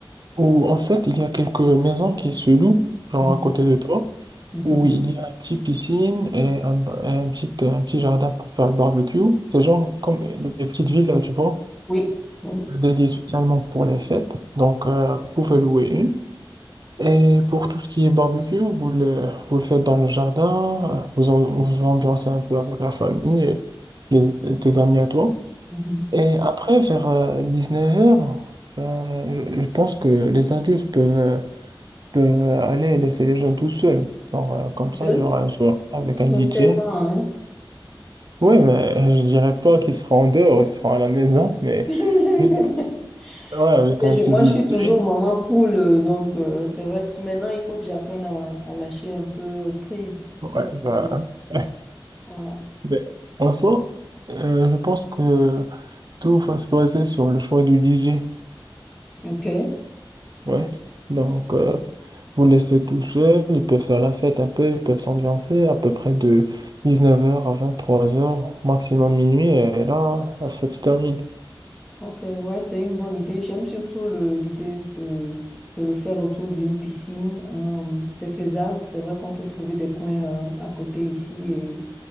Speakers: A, on the right; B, in the centre.
A: Ou en fait, il y a quelques maisons qui se louent, genre
B: Mhm,
A: à côté de toi,
B: mhm.
A: où il y a une petite piscine et un, ba- et un petit, un petit jardin pour faire le barbecue. C'est genre comme des petites villes, tu vois,
B: Oui, oui.
A: dédiées spécialement pour les fêtes. Donc, euh, vous pouvez louer une. Et pour tout ce qui est barbecue, vous le, vous le faites dans le jardin, vous en- vous ambiancez un peu avec la famille et les- tes amis à toi.
B: mhm.
A: Et après, vers 19 heures, ben, je, je pense que les adultes peuvent, peuvent aller laisser les jeunes tout seuls. Genre, euh, comme
B: Tout
A: ça,
B: seul?
A: il y aura un soir avec
B: Ils
A: un DJ.
B: ont seize ans, hein?
A: Oui, mais je dirais pas qu'ils seront en dehors, ils seront à la maison, mais
B: <laughs>
A: juste ouais, avec
B: Tu sais,
A: un
B: je-
A: petit
B: Moi,
A: DJ.
B: je suis toujours maman poule, euh, donc euh, c'est vrai que maintenant, il faut que j'apprenne à, à lâcher un peu prise.
A: Ouais,
B: Pour...
A: bah,
B: que, euh,
A: <laughs>
B: voilà.
A: mais en soi, euh, je pense que. Tout va se baser sur le choix du DJ.
B: Ok,
A: Ouais. Donc, euh, vous laissez tout seul, ils peuvent faire la fête un peu, ils peuvent s'ambiancer à peu près de 19 heures à 23 heures, maximum minuit, et là, la fête se termine.
B: ok, ouais, c'est une bonne idée. J'aime surtout le- l'idée de, de le faire autour d'une piscine. Euh, c'est faisable, c'est vrai qu'on peut trouver des coins euh, à côté ici